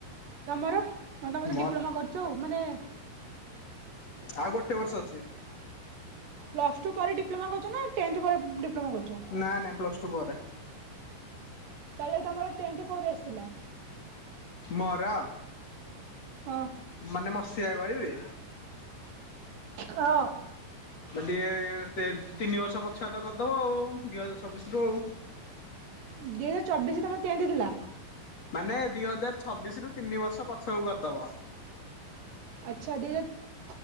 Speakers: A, on the right; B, on the left.
A: ତମର ହ ତ ମତେ
B: ମୋର
A: ଡିପ୍ଲୋମା କରୁଛ ଆଉ ମାନେ।
B: ଆଉ ଗୋଟେ ବର୍ଷ ଅଛି।
A: ପ୍ଲସ ଟୁ ପରେ ଡିପ୍ଲୋମା କରୁଛ ଟେନ୍ଥ ପରେ। ଡିପ୍ଲୋମା କରୁଛ
B: ନାାଇ ନାାଇଁ ପ୍ଲସ ଟୁ ପରେ।
A: ତାପରେ ତୁମର ଟ୍ରେନରେ କେଉଁ ବି ଆସିଥିଲା।
B: ମୋର
A: ହଁ
B: ମାନେ ମସିଆ କହିବି।
A: ହଁ।
B: ଟିକେ ତିନି ବର୍ଷ ପଛୁଆ ତ କରିଦବ ଆଉ ଦିଇ ହଜାର ଚଛବିଶ ରୁ ଆଉ।
A: ଦିଇ ହଜାର ଚବିଶରେ ତମର ଟେନ୍ଥଥିଲା।
B: ମାନେ ଦି ହଜାର ଛବିଶ ରୁ ତିନି ବର୍ଷ ପଛକୁ କରିଦବ।
A: ଆଚ୍ଛା ଦି ବର୍ଷ।